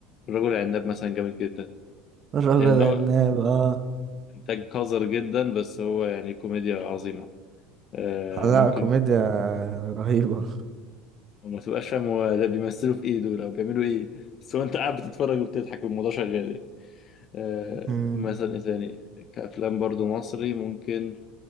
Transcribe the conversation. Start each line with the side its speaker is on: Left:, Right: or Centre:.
Left: الرجل العناب مثلا جامد جدا
Right: الرجل
Left: يعني
Right: العناب
Left: اللي هو
Right: اه
Left: إنتاج قذر جدا بس هو يعني كوميديا عظيمة آه،
Right: لا
Left: ممكن
Right: كوميديا رهيبة
Left: وما تبقاش فاهم هو ده بيمثلوا في ايه دول او بيعملوا ايه بس هو انت قاعد بتتفرج وبتضحك والموضوع شغال يعني آه
Right: مم.
Left: مثلا ايه تاني كافلام برضو مصري ممكن